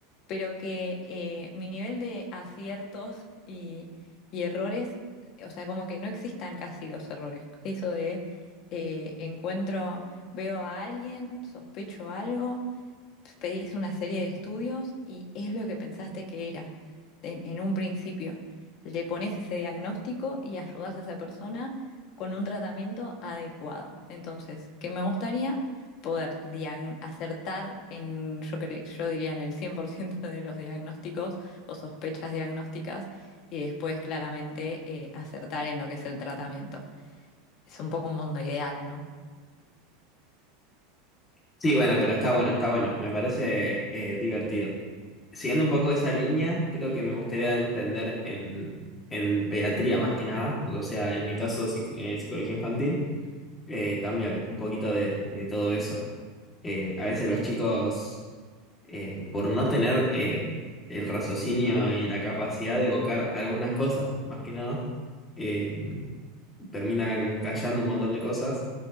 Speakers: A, on the left; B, on the left.
A: pero que eh, mi nivel de aciertos y, y errores, o sea, como que no existan casi los errores. Eso de eh, encuentro, veo a alguien, sospecho algo pedís una serie de estudios y es lo que pensaste que era en, en un principio. Le pones ese diagnóstico y ayudas a esa persona con un tratamiento adecuado. Entonces, ¿qué me gustaría? Poder diagn- acertar en, yo cre- yo diría en el 100% <laughs> de los diagnósticos o sospechas diagnósticas y después claramente eh, acertar en lo que es el tratamiento. Es un poco un mundo ideal, ¿no?
B: Sí, bueno, pero está bueno, está bueno. Me parece eh, divertido. siguiendo un poco esa línea, creo que me gustaría entender en, en pediatría más que nada, o sea, en mi caso, psic- eh, psicología infantil, eh, también un poquito de, de todo eso. Eh, a veces los chicos, eh, por no tener eh, el raciocinio y la capacidad de evocar algunas cosas, más que nada, eh, terminan callando un montón de cosas.